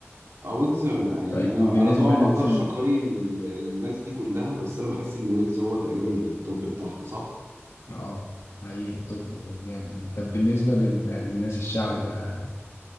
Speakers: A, on the right (about 75°); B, on the left (about 90°).
A: اه ويجز يعني
B: طيب
A: انا
B: وبالنسبه
A: انا طبعا
B: بقى
A: ما
B: للناس
A: اقدرش
B: ال...
A: اقيم ال- الناس دي كلها بس انا بحس ان ويجز هو تقريبا التوب بتاعهم صح
B: اه هي طب جامد يعني طب بالنسبه لل... للناس الشعبي بقى